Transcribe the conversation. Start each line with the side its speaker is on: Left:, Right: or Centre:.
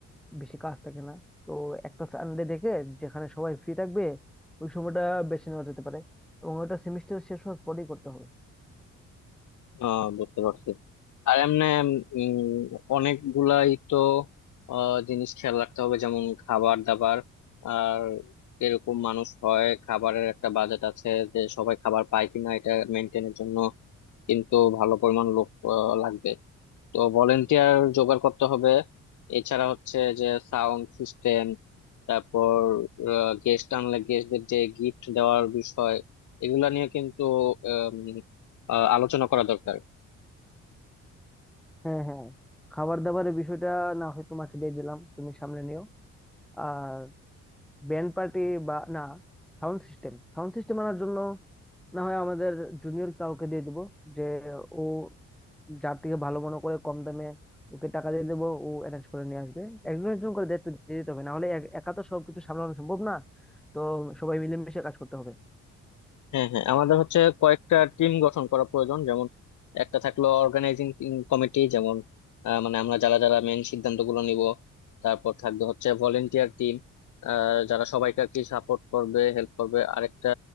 Centre: বেশি কাজ থাকে না তো একটা সানডে দেখে যেখানে সবাই ফ্রি থাকবে ওই সময়টা বেছে নেওয়া যেতে পারে এবং ওটা সেমিস্টার শেষ হওয়ার পরেই করতে হবে
Left: আহ বুঝতে পারছি আর এমনি উম অনেকগুলাই তো আহ, জিনিস খেয়াল রাখতে হবে যেমন খাবার দাবার আর এরকম মানুষ হয় খাবারের একটা বাজেট আছে যে সবাই খাবার পায় কিনা এটা মেনটেনের জন্য কিন্তু ভালো পরিমাণ লোক আহ, লাগবে তো ভলেন্টিয়ার জোগাড় করতে হবে এছাড়া হচ্ছে যে সাউন্ড সিস্টেম তারপর গেস্ট আনলে গেস্টদের যে গিফট দেওয়ার বিষয় এগুলা নিয়ে কিন্তু আম, আহ, আলোচনা করা দরকার
Centre: হ্যাঁ হ্যাঁ খাবার দাবারের বিষয়টা না হয় তোমাকে দিয়ে দিলাম তুমি সামনে নিও আর ব্যান্ড পার্টি বা না সাউন্ড সিস্টেম সাউন্ড সিস্টেম আনার জন্য না হয় আমাদের জুনিয়র কাউকে দিয়ে দিব যে ও যার থেকে ভালো মনে করে কম দামে ওকে টাকা দিয়ে দেবো ও অ্যারেঞ্জ করে নিয়ে আসবে একজন একজন করে দায়িত্ব দিয়ে দিতে হবে না হলে এক- একা তো সবকিছু সামলানো সম্ভব না তো সবাই মিলেমিশে কাজ করতে হবে
Left: হ্যাঁ হ্যাঁ আমাদের হচ্ছে কয়েকটা টিম গঠন করা প্রয়োজন যেমন একটা থাকলো অর্গানাইজিং কমিটি যেমন আহ, মানে আমরা যারা যারা মেন সিদ্ধান্তগুলো নিব তারপর থাকবে হচ্ছে ভলেন্টিয়ার টিম যারা সবাইকে আর কি সাপোর্ট করবে হেল্প করবে আরেকটা